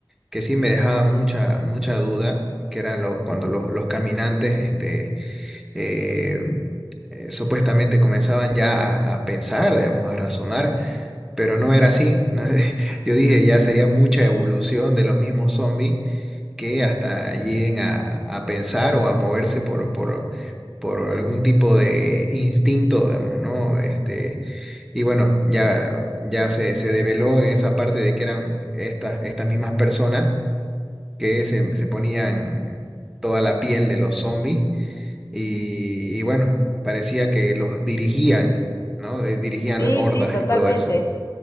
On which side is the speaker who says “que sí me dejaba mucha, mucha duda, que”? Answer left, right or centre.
Centre